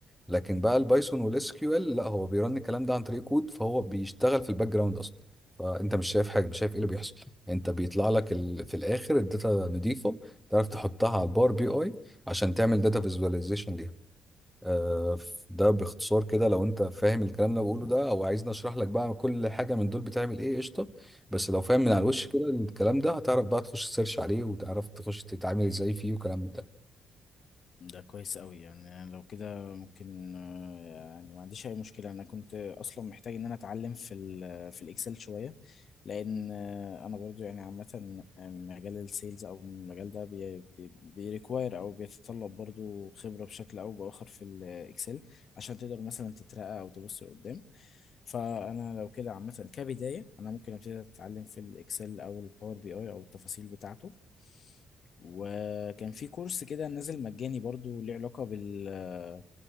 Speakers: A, in the centre; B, on the left.
A: لكن بقى البايثون والاس كيو ال لا هو بيرن الكلام ده عن طريق كود فهو بيشتغل في الباك جراوند اصلا فانت مش شايف حاجه مش شايف ايه اللي بيحصل انت بيطلع لك ال... في الاخر الداتا نضيفه تعرف تحطها على الباور بي اي عشان تعمل داتا فيزواليزيشن ليها آه، ده باختصار كده لو انت فاهم الكلام اللي أنا بقوله ده او عايزني اشرح لك بقى كل حاجه من دول بتعمل ايه قشطه بس لو فاهم من على الوش كده الكلام ده هتعرف بقى تخش تسيرش عليه وتعرف تخش تتعامل ازاي فيه وكلام من ده
B: ده كويس قوي يعني أنا لو كده ممكن آه، يعني ما عنديش اي مشكله انا كنت اصلا محتاج ان انا اتعلم في ال في الاكسل شويه لان آه، انا برضو يعني عامه آه، مجال السيلز او المجال ده بي بيريكواير او بيتطلب برضو خبره بشكل او باخر في الاكسل عشان تقدر مثلا تترقى او تبص لقدام فانا لو كده عامه كبدايه انا ممكن ابتدي اتعلم في الاكسل او الباور بي اي او التفاصيل بتاعته وكان في كورس كده نازل مجاني برضو ليه علاقة بال